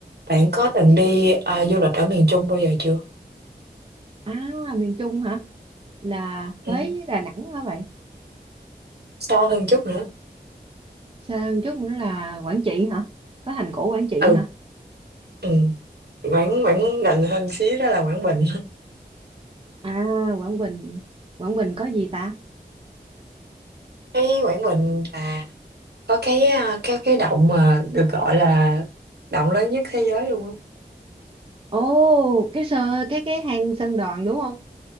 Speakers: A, on the right; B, on the right.
A: Bạn có từng đi à, du lịch ở miền Trung bao giờ chưa?
B: À, miền Trung hả? Là Huế
A: Ừ.
B: với Đà Nẵng hả bạn?
A: Xa hơn chút nữa.
B: Sang chút nữa là Quảng Trị hả? Có thành cổ Quảng Trị
A: Ừ.
B: hả?
A: ừ. Quảng Quảng gần hơn xíu đó là Quảng Bình.
B: À, Quảng Bình. Quảng Bình có gì ta?
A: Cái Quảng Bình là có cái à, cái cái động mà được gọi là động lớn nhất thế giới luôn á.
B: Ồ, cái sơ cái cái hang Sơn Đoòng đúng không?